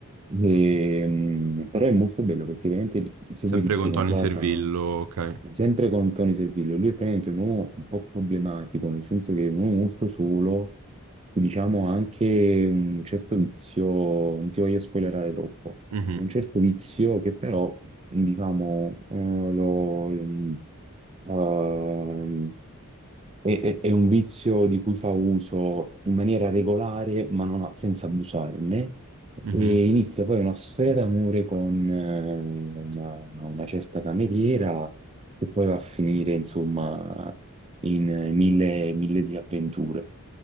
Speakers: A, on the right; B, on the right.
A: E, mm, però è molto bello perché veramente, se
B: Sempre
A: vuoi ti spiego
B: con Tony
A: un po'
B: Servillo,
A: la trama,
B: ok.
A: sempre con Tony Servillo, lui è praticamente un uomo un po' problematico, nel senso che è un uomo molto solo, e diciamo anche un certo vizio, non ti voglio spoilerare troppo,
B: Mhm,
A: un certo vizio che però, diciamo, eh, lo, ehm, ehm, è, è- è un vizio di cui fa uso in maniera regolare, ma non a- senza abusarne,
B: mhm.
A: e inizia poi una storia d'amore con eh, una, una certa cameriera, che poi va a finire, insomma, in eh, mille, mille disavventure.